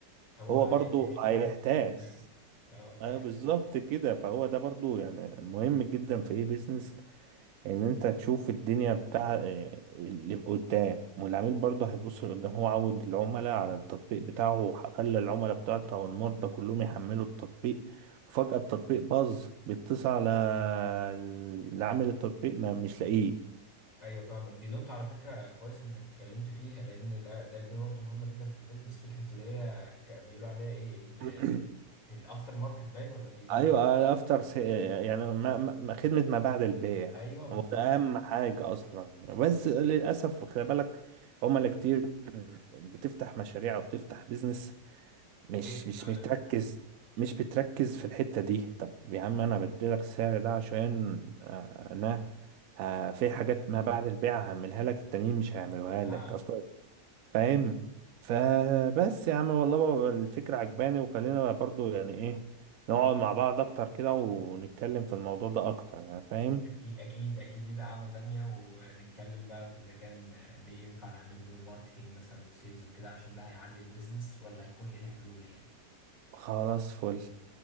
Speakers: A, on the left; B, on the right.
A: هو
B: هو
A: هي-
B: برضو
A: هيحتاج
B: هيحتاس
A: بالبرنامج اه ده
B: ايوه
A: حقيقي
B: بالظبط كده فهو ده برضو يعني مهم جدا في اي بيزنس ان انت تشوف الدنيا بتاع إيه اللي قدام والعميل برضو هيبص لقدام هو عود العملاء على التطبيق بتاعه وخلى العملاء بتاعته او المرضى كلهم يحملوا التطبيق وفجأة التطبيق باظ بيتصل على ال- عامل التطبيق ما مش لاقيه
A: ايوه فاهمك دي نقطة على فكرة كويس انك اتكلمت فيها لان ده ده دي نقطة مهمة جدا في البيزنس فكرة اللي هي ك- بيقولوا عليها ايه ال-
B: <clears throat>
A: الافتر ماركت باين ولا بيقولوا
B: ايوه
A: عليها ايه
B: افتر يعني ما ما ما- خدمه ما بعد البيع
A: ايوه بالظبط
B: هو ده اهم حاجه اصلا بس للاسف خلي بالك هما اللي كتير بتفتح مشاريع وبتفتح بيزنس مش
A: وتقفل
B: مش
A: بعدها
B: بتركز مش بتركز في الحته دي طب يا عم انا بديلك السعر ده عشان آه، انا آه، في حاجات ما بعد البيع هعملها لك التانيين مش هيعملوها
A: اه
B: لك اصلا فاهم فبس يا عم والله بقى الفكرة عجباني وخلينا بقى برضو يعني ايه نقعد مع بعض اكتر كده ونتكلم في الموضوع ده اكتر يعني فاهم
A: اكيد اكيد اكيد لينا قعدة تانية ونتكلم بقى في اذا كان ن- ينفع نعمل له ماركتينج مثلا وسيلز وكده عشان ده هيعلي البيزنس ولا هيكون ايه الحلول يعني
B: خلاص فل